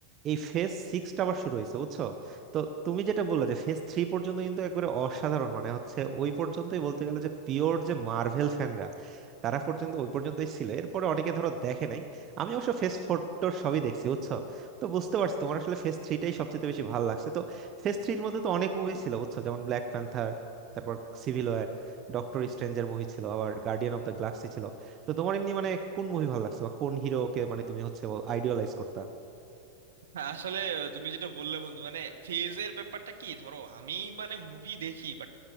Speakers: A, on the right; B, on the right.
A: এই ফেজ সিক্সটা আবার শুরু হয়েছে বুঝছো তো তুমি যেটা বললে যে ফেজ থ্রি পর্যন্ত কিন্তু একবারে অসাধারণ মানে হচ্ছে ওই পর্যন্তই বলতে গেলে যে পিওর যে মার্ভেল ফ্যানরা তারা পর্যন্ত ওই পর্যন্তই ছিল এরপরে অনেকে ধরো দেখে নাই আমি অবশ্য ফেজ ফোর টোর সবই দেখছি বুঝছো তো বুঝতে পারছি তোমার আসলে ফেজ থ্রিটাই সবচেয়ে বেশি ভালো লাগছে তো ফেজ থ্রির মধ্যে তো অনেক মুভি ছিল বুঝছো যেমন ব্ল্যাক প্যান্থার তারপর সিভিল ওয়ার ডক্টর স্ট্রেঞ্জের মুভি ছিল আবার গার্ডিয়ান অফ দ্য গ্যালাক্সি ছিল তো তোমার এমনি মানে কোন মুভি ভালো লাগছে বা কোন হিরোকে মানে তুমি হচ্ছে আইডিয়ালাইজ করতা
B: হ্যাঁ, আসলে তুমি যেটা বললে বন্ধু মানে ফেজের ব্যাপারটা কি ধরো আমি মানে মুভি দেখি বাট